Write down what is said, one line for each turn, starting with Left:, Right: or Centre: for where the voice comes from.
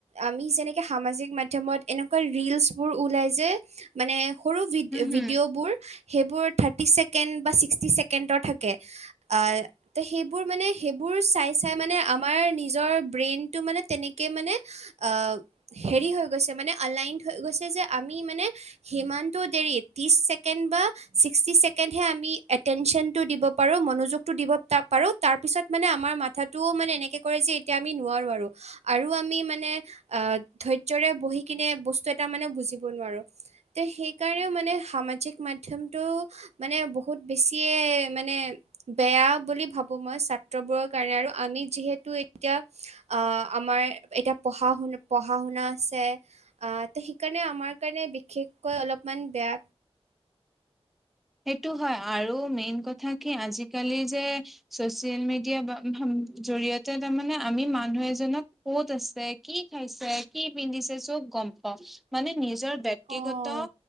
Right: আমি যেনেকে সামাজিক মাধ্যমত এনেকুৱা ৰিলচবোৰ ওলাই যে মানে সৰু ভি
Centre: হম হম
Right: ভিডিঅ'বোৰ সেইবোৰ থাৰ্টি ছেকেণ্ড বা ছিক্সটি ছেকেণ্ডৰ থাকে। আ- তে সেইবোৰ মানে সেইবোৰ চাই চাই মানে আমাৰ নিজৰ ব্ৰেইনটো মানে তেনেকে মানে আহ হেৰি হৈ গৈছে মানে আলাইনড হৈ গৈছে যে আমি মানে সিমানটো দেৰি ত্ৰিশ ছেকেণ্ড বা ছিক্সটি ছেকেণ্ডহে আমি এটেনচনটো দিব পাৰো মনোযোগটো দিব তা পাৰো তাৰ পিছত মানে আমাৰ মাথাটোও মানে এনেকে কৰে যে এতিয়া আমি নোৱাৰো আৰু। আৰু আমি মানে আহ ধৈৰ্যৰে বহি কিনে বস্তু এটা মানে বুজিব নোৱাৰো। তে সেইকাৰণেও মানে সামাজিক মাধ্যমটো মানে বহুত বেছিয়ে মানে বেয়া বুলি ভাবোঁ মই ছাত্ৰবোৰৰ কাৰণে আৰু আমি যিহেতু এতিয়া আ আমাৰ এতিয়া পঢ়া শুনা পঢ়া শুনা আছে। আ তে সিকাণে আমাৰ কাৰণে বিশেষকৈ অলপমান বেয়া
Centre: সেইটো হয় আৰু মেইন কথা কি আজিকালি যে ছ'চিয়েল মিডিয়া বা জৰিয়তে তাৰমানে আমি মানুহ এজনক ক'ত আছে, কি খাইছে, কি পিন্ধিছে, চব গম পাওঁ। মানে নিজৰ ব্যক্তিগত
Right: অ